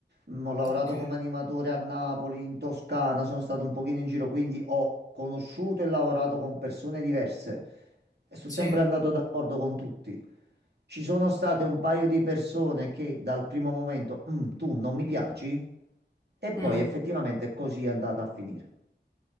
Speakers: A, on the right; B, on the left.
A: Mm, Ho lavorato
B: Ok.
A: come animatore a Napoli, in Toscana, sono stato un pochino in giro, quindi ho conosciuto e lavorato con persone diverse e sono
B: Sì.
A: sempre andato d'accordo con tutti. Ci sono state un paio di persone che dal primo momento, "Mm, tu non mi piaci, e poi
B: Mm.
A: effettivamente così è andata a finire.